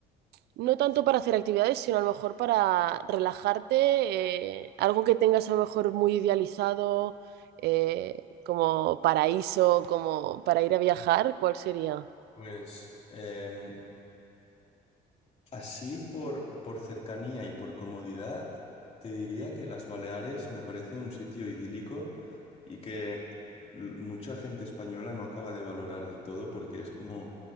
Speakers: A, on the right; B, on the left.
A: no tanto para hacer actividades, sino a lo mejor para relajarte, eh, algo que tengas a lo mejor muy idealizado, eh, como paraíso, como para ir a viajar, ¿cuál sería?
B: Pues em, Así por, por cercanía y por comodidad, te diría que las Baleares me parece un sitio idílico y que l- mucha gente española no acaba de valorar del todo porque es como